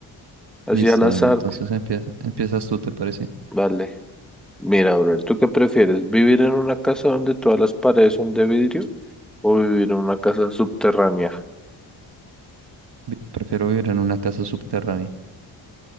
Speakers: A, in the centre; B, on the right (about 55°).
A: así
B: Listo,
A: al azar.
B: dale. Entonces empieza, empiezas tú, ¿te parece?
A: Vale, mira, bro, ¿tú qué prefieres? ¿Vivir en una casa donde todas las paredes son de vidrio o vivir en una casa subterránea?
B: Vi- Prefiero vivir en una casa subterránea.